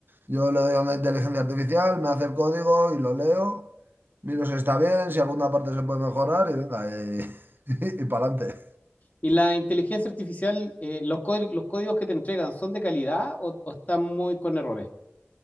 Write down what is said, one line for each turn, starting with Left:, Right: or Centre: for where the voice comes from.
Right: Yo le doy a una inteligencia artificial, me hace el código y lo leo. Miro si está bien, si alguna parte se puede mejorar y venga, y, <laughs> y, para adelante.
Left: Y la inteligencia artificial, eh, los, códi- los códigos que te entregan, ¿son de calidad o, o están muy con errores?